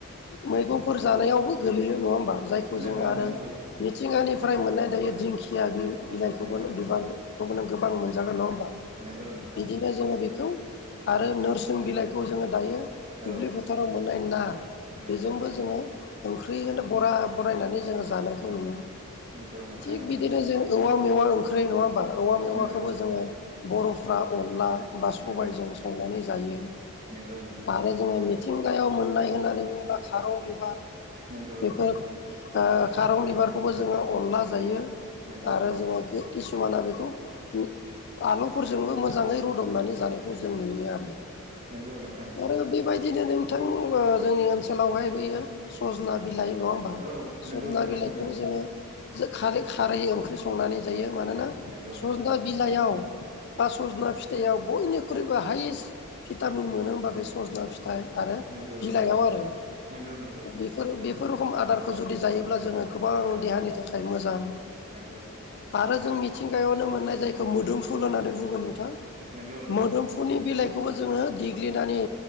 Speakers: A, on the left (about 50°); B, on the right (about 35°).
A: मैगंफोर जानायावबो गोलैयो नङा होमबा जायखौ
B: नंगौ
A: जों आरो
B: नंगौ
A: मिथिंगानिफ्राय मोननाय दायो दिंखिया बिलाइ जायखौबो
B: नंगौ
A: बिबार बेखौबो नों गोबां मोनजागोन नङा होमबा
B: नंगौ नोंथां
A: बिदिनो
B: नंगौ
A: जोङो बिखौ आरो नो जों बिलाइखौ जोङो दायो
B: औ
A: दुब्लि फोथाराव मोननाय ना
B: नंगौ
A: बेजोंबो
B: नंगौ
A: जोङो ओंख्रि होन बरा बरायनानै जोङो जानायखौ नुयो।
B: नंगौ नोंथां
A: थिग
B: नंगौ
A: बिदिनो जों औवा मेवा ओंखा ख्रै नङा होमबा औवा मेवाखौबो
B: नंगौ
A: जोङो बर'फ्रा अनला बा सबायजों
B: नंगौ
A: संनानै जायो
B: नंगौ नंगौ
A: आरो जोङो मिथिंगायाव मोननाय होननानै जेनबा खारं बिबार
B: नंगौ नंगौ
A: बेफोर ओ खारं बिबारखौबो जोङो अनला जायो।
B: नंगौ
A: आरो
B: नंगौ
A: जोङो कि-किसुमाना बेखौ इ आलुफोरजोंबो मोजाङै रुदबनानै जानायखौ जों नुयो आरो।
B: नंगौ नोंथां नंगौ
A: आरो बे बायदिनो नों थों ओ जोंनि ओनसोलावहाय बेैयो सजना बिलाइ नङा होमबा
B: औ
A: सजना
B: नंगौ नोंथां
A: बिलाइखौबो
B: नंगौ
A: जोङो जो खारै खारै ओंख्रि संनानै जायो मानोना
B: नंगौ नंगौ
A: सजना बिलाइयाव बा सज'ना फिथाइयाव बयनिख्रुइबो हायेस्ट भिटामिन मोनो होमबा बे सज'ना फिथाइ आरो
B: नंगौ नंगौ
A: बिलाइयाव आरो।
B: नंगौ नंगौ
A: बेफोर बेफोर रोखम आदारखौ जुदि जायोब्ला जोङो गोबां
B: औ
A: देहानि थाखाय मोजां
B: नंगौ नंगौ
A: आरो जोंनि मिथिंगायावनो मोननाय जायखौ मोदोमफुल होननानै बुङो नोंथां
B: नंगौ
A: मोदोमफुलनि बिलाइ खौबो जोङो देग्लिनानै